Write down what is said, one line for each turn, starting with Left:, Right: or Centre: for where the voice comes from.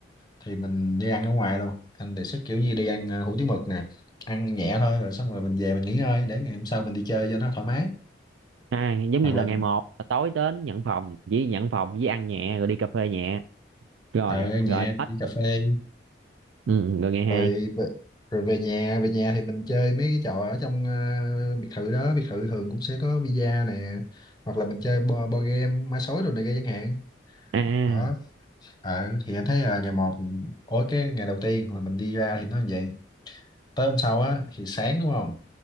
Left: thì mình đi ăn ở ngoài luôn anh đề xuất kiểu như đi ăn ờ, hủ tiếu mực nè ăn nhẹ thôi rồi xong rồi mình về mình nghỉ ngơi để ngày hôm sau mình đi chơi cho nó thoải mái
Right: À, giống
Left: hoặc
Right: như là
Left: là
Right: ngày một là tối đến nhận phòng chỉ nhận phòng với ăn nhẹ rồi đi cà phê nhẹ rồi
Left: ờ, ăn nhẹ
Right: rồi
Left: đi
Right: hết
Left: cà phê
Right: ừ, ừ, rồi ngày hai
Left: rồi về, rồi về nhà về nhà thì mình chơi mấy cái trò ở trong ờ, biệt thự đó biệt thự thường cũng sẽ có bida nè hoặc là mình chơi bo, bo game ma sói đồ này kia chẳng hạn
Right: à
Left: đó ờ thì anh thấy là ngày một ối cái ngày đầu tiên là mình đi ra thì nó như vậy tới hôm sau á thì sáng đúng không